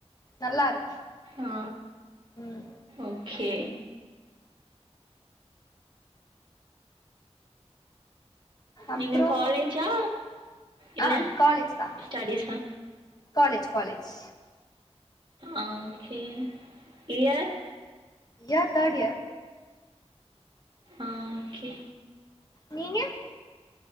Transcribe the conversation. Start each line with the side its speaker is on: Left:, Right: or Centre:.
Left: நல்லாருக்கு
Right: ஆ
Left: ம்
Right: ஓகே
Left: அப்றோ
Right: நீங்க காலேஜா இல்ல
Left: ஆ காலேஜ் தா
Right: ஸ்டடிஸ்ஸா
Left: காலேஜ் காலேஜ்
Right: ஆ okay year
Left: year third year
Right: ஆ ஓகே
Left: நீங்க?